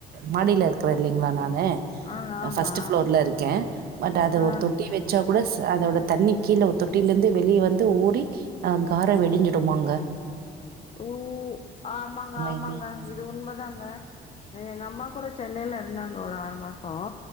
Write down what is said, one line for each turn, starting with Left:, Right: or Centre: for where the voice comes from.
Right: மாடியில இருக்கிறேன் இல்லைங்களா நானு
Left: ஆ ஆமா
Right: ஃபர்ஸ்ட் டு ஃப்ளோர்ல இருக்கேன் பட் அது
Left: ஆ
Right: ஒரு தொட்டி வச்சா கூடஸ் அதோட தண்ணி கீழே தொட்டில இருந்து வெளியே வந்து ஊறி ஆ கார வெடிஞ்சுடுமாங்க
Left: ஓ ஆமாங்க ஆமாங்க
Right: எங்களுக்கு
Left: இது உண்மைதாங்க எங்க அம்மா கூட சென்னையில இருந்தாங்க ஒரு ஆறு மாசம்